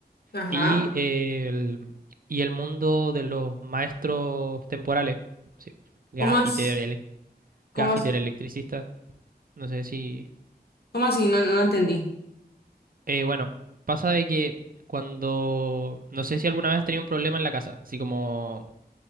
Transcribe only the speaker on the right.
y, eh, el, y el mundo de los maestros temporales, así, gaffiter,
ele-
gaffiter,
electricista, no sé si...
Eh, bueno, pasa de que cuando, no sé si alguna vez has tenido un problema en la casa, así como